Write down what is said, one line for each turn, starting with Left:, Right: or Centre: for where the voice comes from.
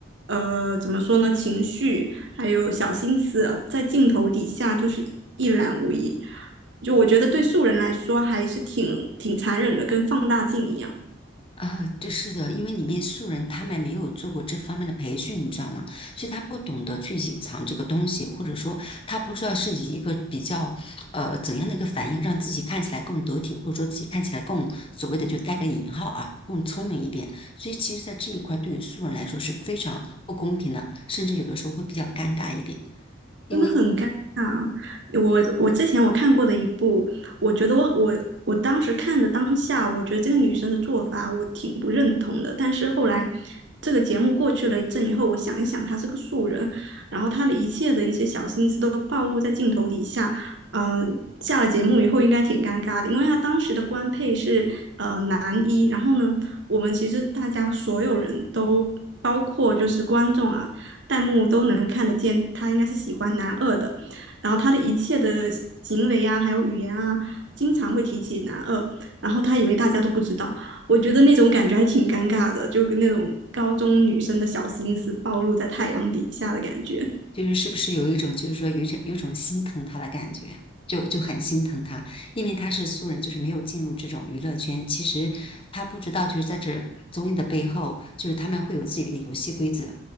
Right: 呃怎么说呢情绪。还有小心思，在镜头底下就是一览无遗。就我觉得对素人来说还是挺挺残忍的，跟放大镜一样。
Left: 啊，对，是的，因为里面素人他们没有做过这方面的培训，你知道吗？所以他不懂得去隐藏这个东西，或者说他不知道是以一个比较呃怎样的一个反应，让自己看起来更得体，或者说自己看起来更所谓的就带个引号啊，更聪明一点。所以其实，在这一块对于素人来说是非常不公平的，甚至有的时候会比较尴尬一点。因为
Right: 真的很尴尬。我我之前我看过的一部，我觉得我我我当时看的当下，我觉得这个女生的做法我挺不认同的。但是后来这个节目过去了一阵以后，我想一想，她是个素人，然后她的一切的一些小心思都暴露在镜头底下。嗯，下了节目以后应该挺尴尬的，因为她当时的官配是呃男一，然后呢，我们其实大家所有人都。包括就是观众啊，弹幕都能看得见，他应该是喜欢男二的。然后他的一切的行为啊，还有语言啊，经常会提起男二。然后他以为大家都不知道，我觉得那种感觉还挺尴尬的，就跟那种高中女生的小心思暴露在太阳底下的感觉。
Left: 就是是不是有一种就是说有一种有一种心疼他的感觉，就就很心疼他，因为他是素人，就是没有进入这种娱乐圈，其实他不知道就是在这综艺的背后，就是他们会有自己的一个游戏规则，